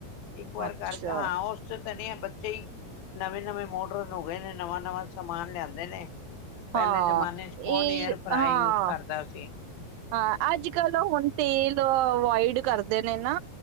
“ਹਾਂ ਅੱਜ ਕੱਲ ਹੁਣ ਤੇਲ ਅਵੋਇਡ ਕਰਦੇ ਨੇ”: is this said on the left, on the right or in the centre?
Right